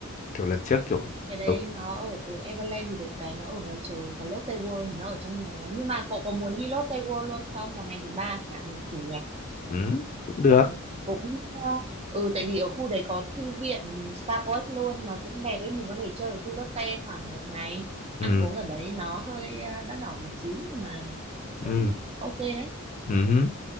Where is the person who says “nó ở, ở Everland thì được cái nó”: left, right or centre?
Right